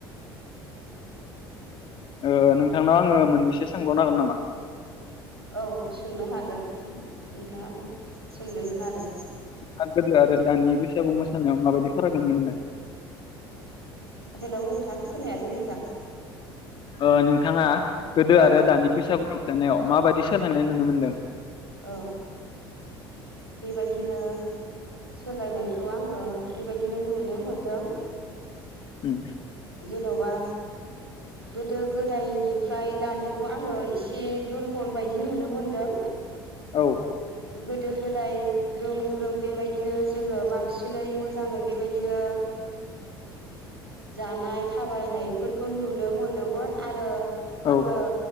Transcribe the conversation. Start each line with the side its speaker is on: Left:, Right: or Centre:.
Left: ओ नोंथांनाव आङो मोननैसो सोंबावनो हागोन नामा?
Right: औ सोंनो हागोन नोंथाङा मा सोंनोन लादों।
Left: आं गोदो आरो दानि बैसागु मोसानायाव माबायदि फाराग नुनो मोनो?
Right: हेलौ नोंथां खोनायाखै मोजां।
Left: ओ नोंथाङा गोदो
Right: औ
Left: आरो दानि बैसागु रंजानायाव माबायदि सोलायनाय नुनो मोनदों?
Right: औ बेबायदिनो सोलायनायखौ आङो बेबायदिनो नुनो मोनदों।
Left: उम
Right: जेन'बा गोदो गोदायनिफ्राय दानिखौ आङो एसे दुरबल बायदि नुनो मोनदों।
Left: औ
Right: गोदो गोदाय ग्रोम ग्रोम बेबायदिनो जोङो बांसिनै मोजाङै बेबायदिनो
Left: <inaudible>
Right: जानाय थाबायनायफोरखौ नुनो मोनोमोन आरो
Left: औ
Right: आङो